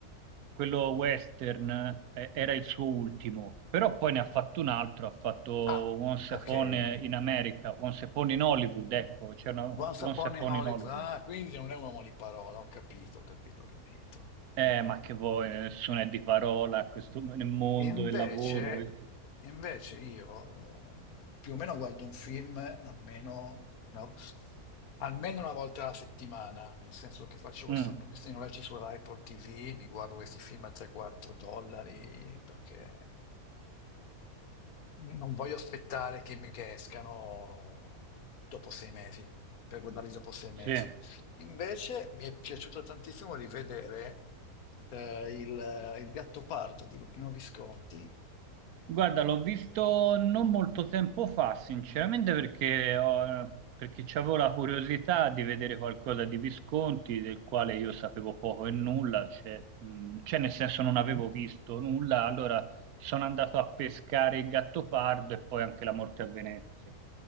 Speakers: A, on the right (about 75°); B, on the left (about 70°).
A: quello western, eh, era il suo ultimo, però poi ne ha fatto un altro, ha fatto Once
B: Ah, ok.
A: Upon in America, Once Upon in Hollywood, ecco, c'era una-
B: Once
A: Once
B: Upon
A: Upon
B: a Hollywood,
A: in Hollywood.
B: ah, quindi non è un uomo di parola, ho capito, ho capito, ho capito.
A: Eh,
B: Mm.
A: ma che vuoi, nessuno è di parola a questo, nel mondo
B: E Invece,
A: del lavoro. e-
B: invece io eh, più o meno guardo un film almeno una, almeno una volta alla settimana, nel senso che faccio questo-
A: Mm,
B: questi noleggi sulla Apple TV, mi guardo questi film a 3-4 dollari perché non voglio aspettare che mi che escano dopo sei mesi, per guardarli dopo sei mesi.
A: sì.
B: Invece mi è piaciuto tantissimo rivedere eh, il, il Gattopardo di Luchino Visconti,
A: Guarda, l'ho visto non molto tempo fa, sinceramente, perché, ho- perché avevo la curiosità di vedere qualcosa di Visconti, del quale io sapevo poco e nulla, cioè, mm, cioè, nel senso non avevo visto nulla, allora sono andato a pescare il Gattopardo e poi anche La morte a Venezia.